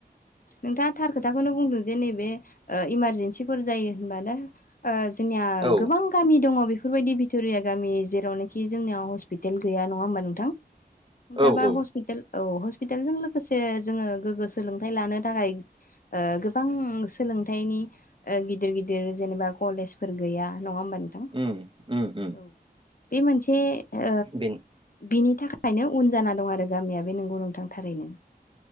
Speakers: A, on the left; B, on the right.
A: नोंथाङा थार खोथाखौनो बुंदों जे नैबे ओ इमारजेन्सिफोर जायो होनबा दा ओ जोंनिया
B: औ
A: गोबां गामि दङ बेफोरबायदि बिथुरिया गामि जेरावनोखि जोंनियाव हस्पिटेल गैया नङा होमबा नोंथां? दाबा
B: औ औ
A: हस्पिटाल औ हस्पितालजों लोगोसे जोङो गोग्गो सोलोंथाइ लानो थाखाय ओ गोबां सोलोंथाइनि ओ गिदिर गिदिर जेनेबा कलेजफोर गैया नङा होमबा नोंथां?
B: उम उम उम।
A: औ बे मोनसे ओ‌
B: बे
A: बिनि थाखायनो उन जाना दं आरो गामिया बे नंगौ नोंथां थारैनो।